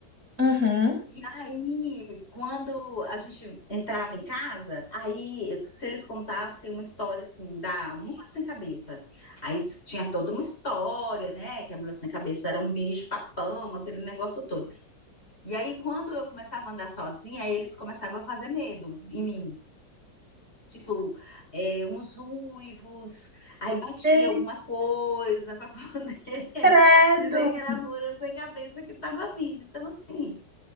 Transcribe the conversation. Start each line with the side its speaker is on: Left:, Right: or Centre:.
Right: uhum.
Left: E aí, quando a gente entrava em casa, aí se eles contassem uma história assim da mula sem cabeça, aí tinha toda uma história, né? Que a mula sem cabeça era um bicho papão, aquele negócio todo. E aí, quando eu começava a andar sozinha, aí eles começavam a fazer medo em mim. Tipo, é, uns uivos, aí batia
Right: Sei,
Left: alguma coisa para <laughs> poder
Right: Credo.
Left: dizer que era mura sem cabeça que estava vindo. Então, assim,